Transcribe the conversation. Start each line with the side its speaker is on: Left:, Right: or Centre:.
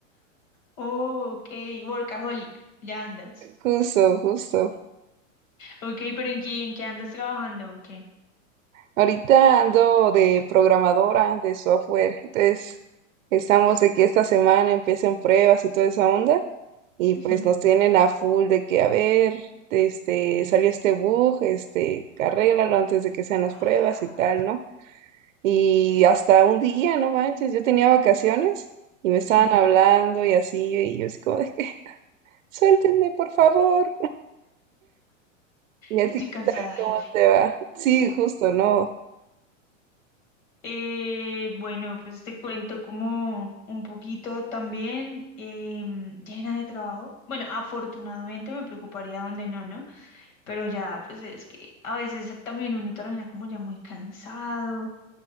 Left: Oh, ok, workaholic, ya andas.
Right: Justo, justo.
Left: Ok, pero ¿en qué, en qué andas trabajando? o qué?
Right: Ahorita ando de programadora de software, entonces estamos de que esta semana empiecen pruebas y toda esa onda y
Left: Ujú.
Right: pues nos tienen a full de que, a ver, este, salió este bug, este, arréglalo antes de que sean las
Left: Ah,
Right: pruebas y tal, ¿no? Y hasta un día, no manches, yo tenía vacaciones y me estaban
Left: Sí,
Right: hablando y así, y yo así como de que, suéltenme, por favor. ¿Y a
Left: estoy
Right: ti qué
Left: cansada,
Right: tal? ¿Cómo
Left: jefe.
Right: te va? Sí, justo, no.
Left: Eh, bueno, pues te cuento como un poquito también em, llena de trabajo. Bueno, afortunadamente me preocuparía donde no, ¿no? Pero ya, pues es que a veces también uno termina como ya muy cansado.